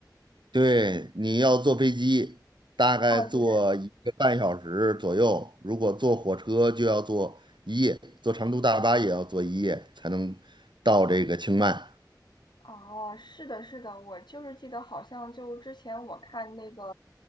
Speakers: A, on the right; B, on the left.
A: 对，你要坐飞机，大概坐一个半小时左右；
B: 哦，对，
A: 如果坐火车，就要坐一夜，坐长途大巴也要坐一夜才能到这个清迈。
B: 哦，是的，是的，我就是记得好像就之前我看那个